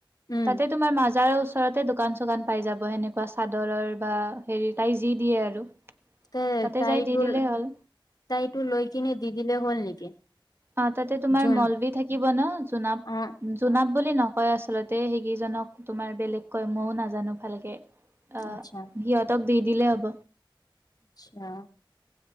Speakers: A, on the left; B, on the right.
A: উম
B: তাতে তোমাৰ মাজাৰ ওচৰতে দোকান-চোকান পাই যাব। সেনেকুৱা চাদৰৰ বা হেৰি তাই যি দিয়ে আৰু।
A: তে
B: তাতে
A: তাই
B: যাই দি
A: তোৰ,
B: দিলেই হ'ল
A: তাইটো লৈ কিনে দি দিলে হ'ল নেকি?
B: অ তাতে তোমাৰ
A: জোন
B: মলবি থাকিব ন, জোনাব
A: অ',
B: জো জোনাব বুলি নকয় আচলতে, সেইকেইজনক তোমাৰ বেলেগ কয়, ময়ো নাজানো ভালকে। অ,
A: আচ্ছা,
B: সিহঁতক দি দিলেই হ'ব।
A: আচ্ছা।